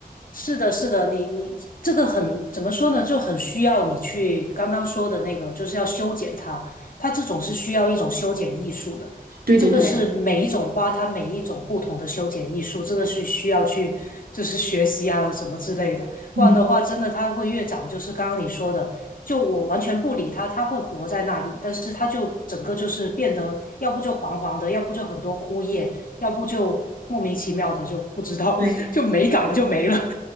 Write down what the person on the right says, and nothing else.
对对对，
嗯，
对。